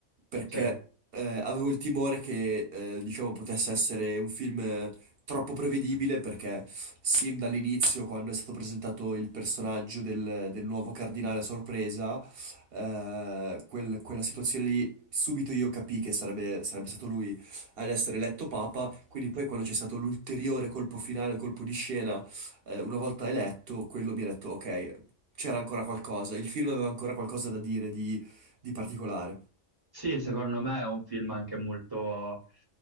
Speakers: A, on the right; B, on the right.
A: perché
B: Sì.
A: eh, avevo il timore che, eh, diciamo, potesse essere un film eh, troppo prevedibile, perché sin dall'inizio, quando è stato presentato il personaggio del, del nuovo cardinale a sorpresa, eh, quel- quella situazione lì, subito io capii che sarebbe, sarebbe stato lui ad essere eletto papa, quindi poi quando c'è stato l'ulteriore colpo finale, colpo di scena, eh, una volta eletto, quello mi ha detto, ok, c'era ancora qualcosa, il film aveva ancora qualcosa da dire di, di particolare.
B: Sì, secondo me è un film anche molto